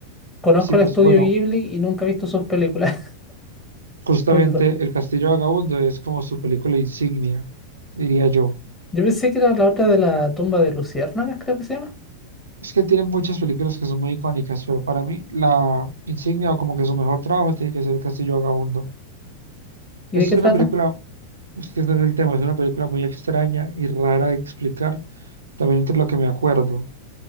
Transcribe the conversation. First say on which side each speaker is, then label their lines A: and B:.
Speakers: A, on the left (about 15°); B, on the right (about 70°).
A: conozco
B: Sí,
A: el
B: pues
A: estudio
B: bueno,
A: Ghibli y nunca he visto sus películas.
B: justamente
A: <laughs> Perdón.
B: El Castillo Vagabundo es como su película insignia, diría yo.
A: Yo pensé que era la otra de la tumba de Luciérnagas, creo que se llama.
B: Es que tienen muchas películas que son muy icónicas, pero para mí la insignia o como que su mejor trabajo tiene que ser El Castillo Vagabundo.
A: ¿Y
B: Esta
A: de qué
B: es
A: trata?
B: una película, es que ese es el tema, es una película muy extraña y rara de explicar, también entre lo que me acuerdo.